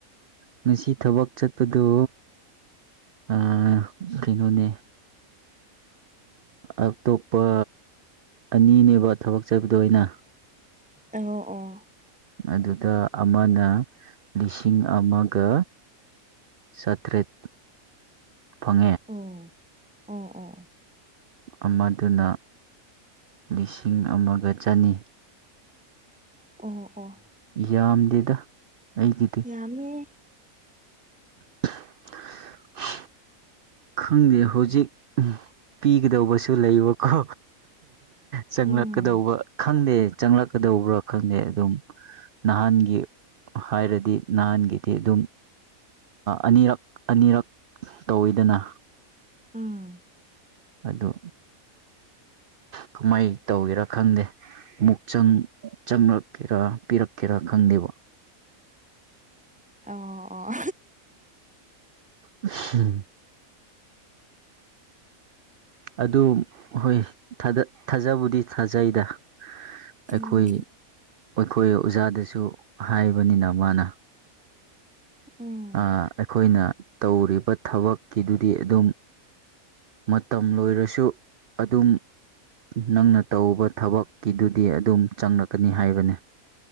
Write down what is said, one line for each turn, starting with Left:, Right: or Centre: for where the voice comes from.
Right: ꯉꯁꯤ ꯊꯕꯛ ꯆꯠꯄꯗꯨ ꯑ ꯀꯩꯅꯣꯅꯦ ꯑꯇꯣꯞꯄ ꯑꯅꯤꯅꯦꯕ ꯊꯕꯛ ꯆꯠꯕꯗꯣ ꯑꯩꯅ
Centre: ꯑꯣ ꯑꯣ
Right: ꯑꯗꯨꯗ ꯑꯃꯅ ꯂꯤꯁꯤꯡ ꯑꯃꯒ ꯆꯥꯇ꯭ꯔꯦꯠ ꯐꯪ
Centre: ꯑꯣ ꯑꯣ ꯑꯣ
Right: ꯑꯃꯗꯨꯅ ꯂꯤꯁꯤꯡ ꯑꯃꯒ ꯆꯅꯤ
Centre: ꯑꯣ ꯑꯣ
Right: ꯌꯥꯝꯗꯦꯗ ꯑꯩꯒꯤꯗꯤ
Centre: ꯌꯥꯝꯃꯦ
Right: <unintelligible> ꯈꯪꯗꯦ ꯍꯧꯖꯤꯛ ꯄꯤꯒꯗꯧꯕꯁꯨ ꯂꯩꯕꯀꯣ ꯆꯪꯂꯛꯀꯗꯧꯕ
Centre: ꯎꯝ
Right: ꯈꯪꯗꯦ ꯆꯪꯂꯛꯀꯗꯧꯕ꯭ꯔꯥ ꯈꯪꯗꯦ ꯑꯗꯨꯝ ꯅꯍꯥꯟꯒꯤ ꯍꯥꯏꯔꯗꯤ ꯅꯍꯥꯟꯒꯤꯗꯤ ꯑꯗꯨꯝ ꯑꯅꯤꯔꯛ ꯑꯅꯤꯔꯛ ꯇꯧꯋꯤꯗꯅ
Centre: ꯎꯥ
Right: ꯑꯗꯨ ꯀꯃꯥꯏ ꯇꯧꯒꯦꯔꯥ ꯈꯪꯗꯦꯨ ꯆꯪ ꯆꯪꯪꯂꯛꯀꯦꯔꯥ ꯄꯤꯔꯛꯀꯦꯔꯥ ꯈꯪꯗꯦꯕ
Centre: ꯑꯣ ꯑꯣ
Right: ꯎꯝ ꯑꯗꯨ ꯍꯣꯏ ꯊꯥꯖꯕꯨꯗꯤ ꯊꯥꯖꯩꯗ
Centre: ꯎꯝ
Right: ꯑꯩꯈꯣꯏ ꯑꯩꯈꯣꯏ ꯑꯣꯖꯥꯗꯁꯨ ꯍꯥꯏꯕꯅꯤꯅ ꯃꯥꯅ
Centre: ꯎꯝ
Right: ꯑꯩꯈꯣꯏꯅ ꯇꯧꯔꯤꯕ ꯊꯕꯛꯀꯤꯗꯨꯗꯤ ꯑꯗꯨꯝ ꯃꯇꯝ ꯂꯣꯏꯔꯁꯨ ꯑꯗꯨꯝ ꯅꯪꯅ ꯇꯧꯕ ꯊꯕꯛꯀꯤꯗꯨꯗꯤ ꯑꯗꯨꯝ ꯆꯪꯂꯛꯀꯅꯤ ꯍꯥꯏꯕꯅꯤ